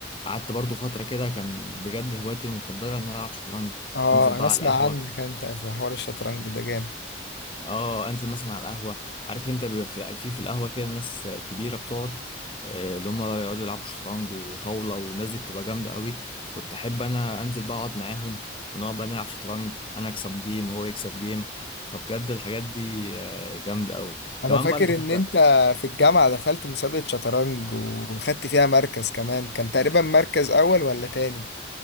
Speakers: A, on the left (about 25°); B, on the left (about 60°).
A: قعدت برضو فترة كده كان بجد هوايتي المفضلة إن أنا ألعب شطرنج
B: آه
A: أنزل بقى
B: أنا أسمع
A: على القهوة
B: عنك أنت في حوار الشطرنج ده جامد
A: اه انزل مثلا على القهوه عارف انت بيبقى في في في القهوه كده ناس كبيره بتقعد آه، اللي هم يقعدوا يلعبوا شطرنج وطاوله والناس دي بتبقى جامده قوي كنت احب انا انزل بقى اقعد معاهم ونقعد بقى نلعب شطرنج انا اكسب جيم وهو يكسب جيم فبجد الحاجات دي آه، جامده قوي
B: انا
A: كمان
B: فاكر
A: بقى انت فكر
B: ان انت في الجامعة دخلت مسابقة شطرنج وخدت فيها مركز كمان كان تقريبا مركز اول ولا تاني